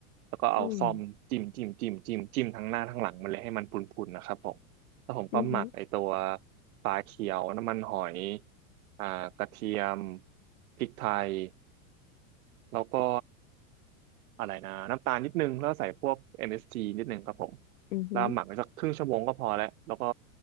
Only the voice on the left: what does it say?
อืมอือหือ
อือหือ